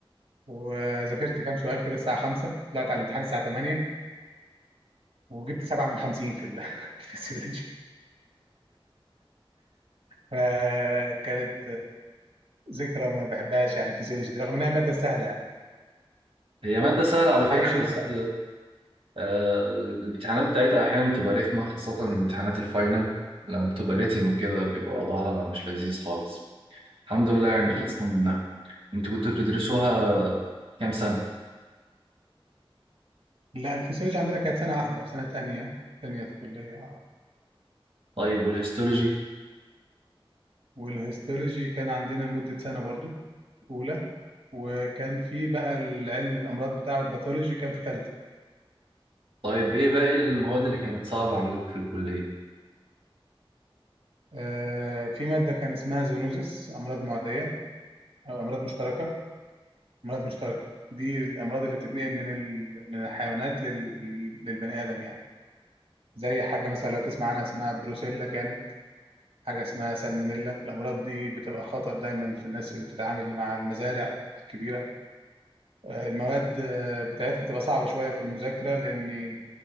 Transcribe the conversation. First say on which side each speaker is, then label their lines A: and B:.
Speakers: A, on the right; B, on the right.
A: وذاكرت كام سؤال كده الساعة 5 طلعت على الامتحان الساعة 8 وجبت 7 من 50 في ال- <laughs> في الفسيولوجي فكانت ذكرى ما بحبهاش يعني فيسيولوجي دي رغم انها ماده سهله يعني
B: هي مادة سهلة على فكرة
A: ما اعرفش لسه
B: بس آه الامتحانات بتاعتها أحيانا بتبقى رخمة خاصة امتحانات الفاينل لما بتبقى ريتن وكده بيبقى وضعها مش لذيذ خالص الحمد لله يعني
A: مم.
B: خلصنا منها انتوا كنتوا بتدرسوها كام سنة؟
A: لا الفيسيولوجي عندنا كانت سنه واحده في سنه تانية تانية كليه اه
B: طيب والهيستولوجي؟
A: والهيستولوجي كان عندنا مده سنه برضو اولى وكان في بقى العلم الامراض بتاعه الباثولوجي كان في ثالثه
B: طيب ايه باقي المواد اللي كانت صعبة عندكم في الكلية؟
A: آه في ماده كان اسمها زينوزس امراض معديه او امراض مشتركه امراض مشتركه دي الامراض اللي بتتنقل من ال... من الحيوانات لل... للبني ادم يعني زي حاجه مثلا لو تسمع عنها اسمها بروسيلا كانت حاجة اسمها سالمونيلا الأمراض دي بتبقى خطر دايما في الناس اللي بتتعامل مع المزارع الكبيرة آه، المواد آه، بتاعتها بتبقى صعبة شوية في المذاكرة لأن